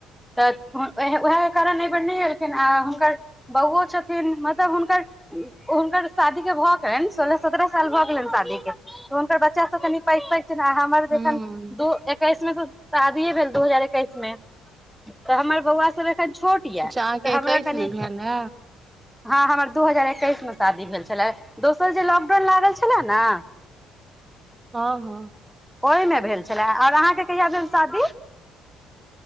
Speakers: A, in the centre; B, on the right.
A: उएह कारण एहि बेर नहि एलखिन आ हुनकर बौओ छथिन मतलब हुनका हुनकर शादी के भऽ गेलनि सोलह सत्ताह साल भऽ गेलेन शादी के हुनकर बच्चा सब कनि पैघ पैघ छेन हमर
B: हूँ
A: अखन दू ऐकैस मे से शादीए भेल दू हजार एकैस मे हमर बौआ सब कभी छोट य
B: अच्छा अहाँके
A: हमार
B: एकैस
A: किनी
B: मे भेल हे
A: हँ हमर दू हजार एकैस मे शादी भेल छलए दोसर जे लॉकडाउन लागल छलए ने
B: हँ हँ
A: ओहिमे भेल छलै और अहाँके कहिया भेल शादी